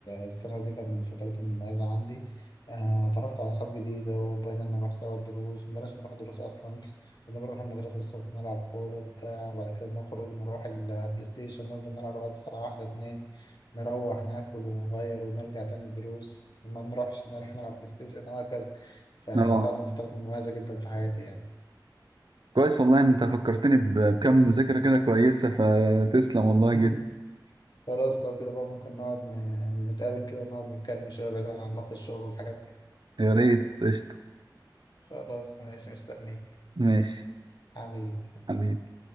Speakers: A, on the left; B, on the right.
A: الثانوي دي كانت من الفترات المميزة عندي آه، اتعرفت على أصحاب جديدة وبقينا نروح سوا الدروس مبقناش نروح دروس أصلا <laughs> كنا بنروح المدرسة الصبح نلعب كورة وبتاع وبعد كده نخرج نروح البلاي ستيشن نفضل نلعب لغاية الساعة واحدة اتنين نروح ناكل ونغير ونرجع تاني الدروس ما نروحش نروح نلعب بلاي ستيشن وهكذا فيعني
B: أه
A: كانت قاعدة فترة مميزة جدا في حياتي يعني
B: كويس والله إن أنت فكرتني ب- بكم ذكرى كده كويسة فتسلم والله
A: <laughs>
B: جدا
A: خلاص لو كده بقى ممكن نقعد ن- نتقابل كده ونقعد نتكلم شوية بعيدا عن ضغط الشغل والحاجات دي
B: يا ريت قشطة
A: خلاص ماشي مستنيك
B: ماشي
A: حبيبي
B: حبيبي